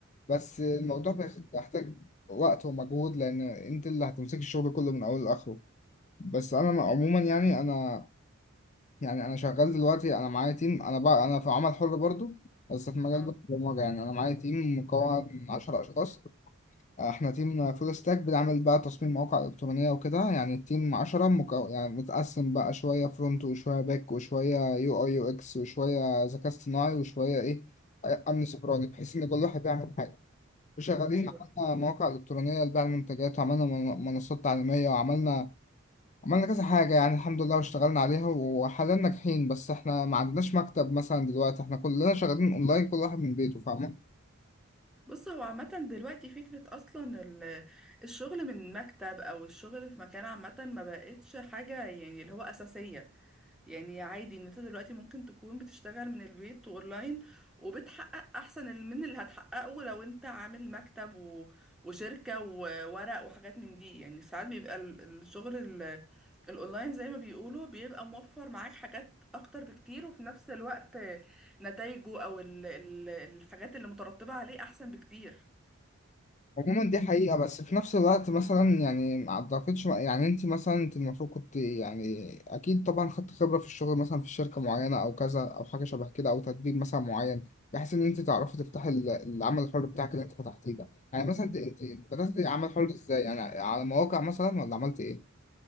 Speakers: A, on the left; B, in the centre.
A: بس الموضوع بياخد- بيحتاج وقت ومجهود لان انت اللي هتمسك الشغل كله من اوله لاخره بس انا عموما يعني انا يعني انا شغال دلوقتي انا معايا تيم انا بقى انا في عمل حر برضو بس في مجال
B: اه
A: البرمجه يعني انا معايا تيم مكون من 10 اشخاص احنا تيم فول ستاك بنعمل بقى تصميم مواقع الكترونيه وكده يعني التيم 10 مكو... يعني متقسم بقى شويه فرونت وشويه باك وشويه يو اي يو اكس وشويه ذكاء اصطناعي وشويه ايه امن سيبراني بحيث ان كل واحد بيعمل حاجه وشغالين
B: أيوه
A: عملنا مواقع الكترونيه لبيع المنتجات وعملنا من- منصات تعليميه وعملنا عملنا كذا حاجة يعني الحمد لله واشتغلنا عليها وحاليا ناجحين بس احنا ما عندناش مكتب مثلا دلوقتي احنا كلنا شغالين اونلاين كل واحد من بيته فاهمة
B: بص هو عامة دلوقتي فكرة أصلا ال- الشغل من مكتب أو الشغل في مكان عامة ما بقتش حاجة يعني اللي هو أساسية يعني عادي ان انت دلوقتي ممكن تكون بتشتغل من البيت اونلاين وبتحقق احسن ال- من اللي هتحققه لو انت عامل مكتب و... وشركة وورق وحاجات من دي يعني ساعات بيبقى ال- الشغل ال... الاونلاين زي ما بيقولوا بيبقى موفر معاك حاجات اكتر بكتير وفي نفس الوقت نتائجه او ال... ال... الحاجات اللي مترتبة عليه احسن بكتير
A: عموما دي حقيقة بس في نفس الوقت مثلا يعني ما اعتقدش يعني انت مثلا انت المفروض كنت يعني اكيد طبعا خدت خبرة في الشغل مثلا في شركة معينة او كذا او حاجة شبه كده او تدريب مثلا معين بحيث ان انت تعرفي تفتحي ال- العمل الحر بتاعك اللي انت فتحتيه ده يعني مثلا انت انت بدأت عمل حر ازاي يعني على مواقع مثلا ولا عملت ايه؟